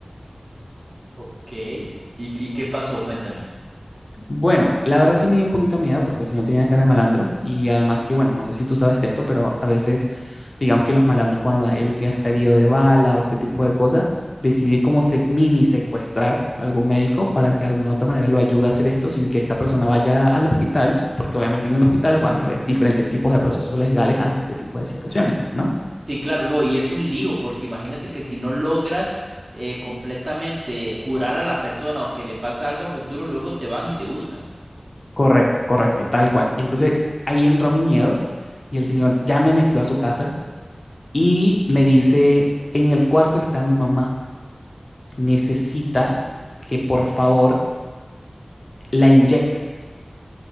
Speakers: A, on the right; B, on the left.
A: ok, ¿y, y qué pasó? Cuéntame.
B: Bueno, la verdad sí me dio un poquito miedo porque el señor tenía cara de malandro y además que, bueno, no sé si tú sabes de esto, pero a veces, digamos que los malandros cuando hay alguien que está herido de bala o este tipo de cosas, decide como se, mini secuestrar a algún médico para que de alguna u otra manera lo ayude a hacer esto sin que esta persona vaya al hospital, porque obviamente en un hospital van a haber diferentes tipos de procesos legales ante este tipo de situaciones, ¿no?
A: Sí, claro, no, y es un lío, porque imagínate que si no logras eh, completamente curar a la persona o que le pasa algo a futuro, luego te van y te buscan.
B: Correcto, correcto, tal cual. Y entonces ahí entró mi miedo y el señor ya me metió a su casa Y me dice, en el cuarto está mi mamá, necesita que por favor la inyectes.